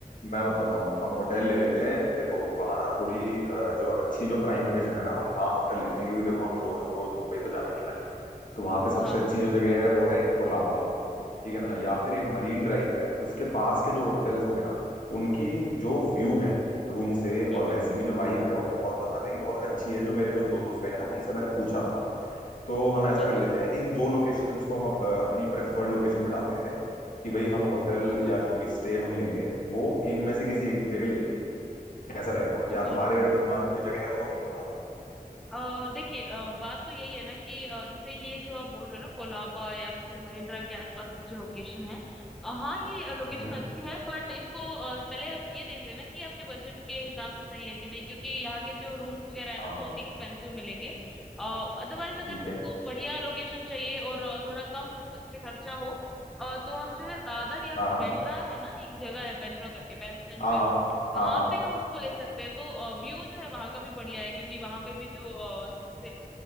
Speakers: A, on the left; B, in the centre.
A: मैं बताता हूँ हम होटल ले लेते
B: हम्म,
A: हैं देखो वहां ना थोड़ी अ, जो अच्छी जो प्राइम लोकेशन है ना हम वहाँ होटल लेते हैं क्योंकि देखो हम रोज रोज मुंबई तो जाने नहीं वाले तो वहां पे सबसे
B: हाँ हाँ
A: अच्छी जो जगह है वो है कोलाबा ठीक है ना या फिर एक मरीन ड्राइव है उसके पास के जो होटल्स होंगे ना उनकी जो व्यू है रूम से
B: हम्म
A: और वैसे
B: हम्म,
A: भी जो वाइब है वो बहुत बताते हैं कि बहुत अच्छी है जो मेरे कुछ दोस्त गए हैं ना उनसे मैंने पूछा था तो हम ऐसा
B: अच्छा अच्छा
A: कर लेते हैं इन दो लोकेशंस को हम अप, अपनी प्रेफर्ड लोकेशन में डाल देते हैं कि भाई हम होटल
B: हाँ हाँ हाँ
A: या जो भी स्टे हम लेंगे वो इनमें से किसी एक जगह ले लेंगे कैसा रहेगा
B: हाँ हाँ,
A: या
B: बिल्कुल
A: तुम्हारे अगर दिमाग
B: हाँ
A: में कोई
B: हाँ
A: जगह है तो वो तुम बता दो
B: अ देखिए अ, बात तो यही है ना कि अ, जैसे ये जो आप बोल रहे हो ना कोलाबा या फिर जो मरीन ड्राइव के आसपास की जो लोकेशन है अ, हाँ ये लोकेशन
A: हम्म
B: अच्छी है बट इसको अ, पहले आप ये देख लेना कि आपके बजट के हिसाब से सही है कि नहीं क्योंकि यहाँ के जो रूम्स वगैरह है
A: हाँ
B: ना बहुत ही एक्सपेंसिव मिलेंगे अदरवाइज अगर
A: ठीक
B: तुमको
A: है
B: बढ़िया लोकेशन चाहिए और अ, थोड़ा कम इसमें खर्चा हो अ, तो हम जो है दादर या फिर
A: हाँ
B: बेंड्रा है ना एक जगह है बेंड्रा करके बैंडस्टैंड
A: हाँ
B: जो है
A: हाँ
B: वहां
A: हाँ हाँ हाँ
B: पे हम उसको ले सकते हैं तो व्यू जो है वहां का भी बढ़िया है क्योंकि वहां पे भी जो अ, जैसे